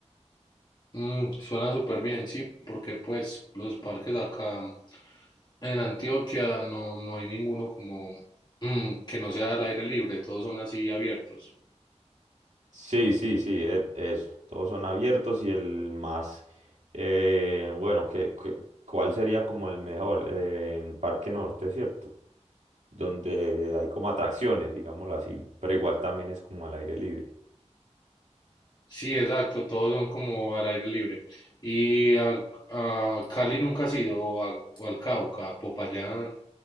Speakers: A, on the left (about 35°); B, on the right (about 90°).
A: Mm, suena súper bien, sí, porque pues los parques acá en Antioquia no, no hay ninguno como mm, que no sea al aire libre, todos son así abiertos.
B: Sí, sí, sí, e- eso. Todos son abiertos y el más, eh, bueno, que, que- ¿cuál sería como el mejor? Eh, en Parque Norte, ¿cierto? Donde hay como atracciones, digámoslo así, pero igual también es como al aire libre.
A: Sí, exacto, todos son como al aire libre. Y a, a Cali nunca ha ido, o, a- o al Cauca, a Popayán.